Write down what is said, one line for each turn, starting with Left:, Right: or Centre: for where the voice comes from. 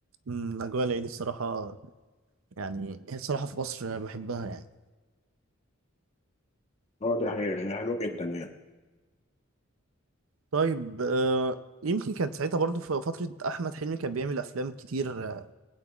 Right: أمم، أجواء العيد الصراحة يعني هي الصراحة في مصر بحبها يعني
Left: هو دي حقيقة حلوة جدا يعني
Right: طيب آه يمكن كانت ساعتها برضو في فترة أحمد حلمي كان بيعمل أفلام كتير آه،